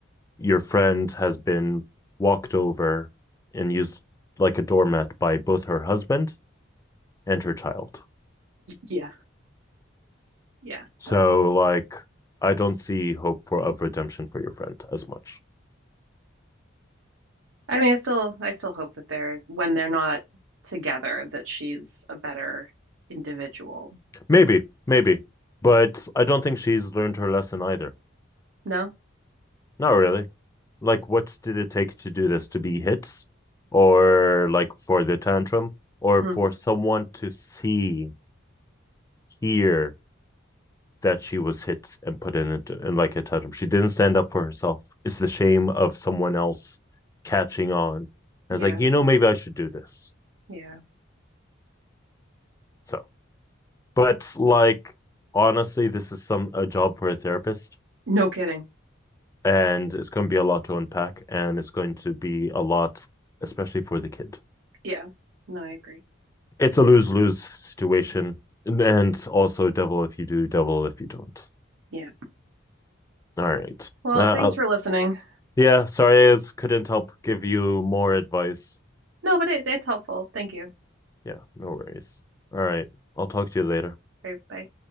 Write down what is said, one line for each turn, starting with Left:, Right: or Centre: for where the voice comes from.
Left: your friend has been walked over and used like a doormat by both her husband and her child.
Right: Yeah. Yeah.
Left: So
Right: Uh,
Left: like I don't see hope for of redemption for your friend as much.
Right: I mean, I still I still hope that they're when they're not together that she's a better individual.
Left: Maybe, maybe. But I don't think she's learned her lesson either.
Right: No?
Left: Not really. Like what did it take to do this? To be hit, Or like for the tantrum? Or
Right: hmm
Left: for someone to see, hear, that she was hit and put in, a, in like a totem. She didn't stand up for herself. It's the shame of someone else catching on. And I
Right: Yeah.
Left: was like, you know, maybe I should do this.
Right: Yeah.
Left: So, but like, honestly, this is some a job for a therapist,
Right: No kidding.
Left: and it's going to be a lot to unpack, and it's going to be a lot, especially for the kid.
Right: Yeah. No, I agree.
Left: It's a lose lose situation, and also devil if you do, devil if you don't.
Right: Yeah.
Left: All right.
Right: Well,
Left: Uh, uh,
Right: thanks for listening.
Left: yeah, sorry, I couldn't help give you more advice
Right: No, but it, it's helpful. Thank you.
Left: Yeah, no worries. All right. I'll talk to you later.
Right: Okay, bye.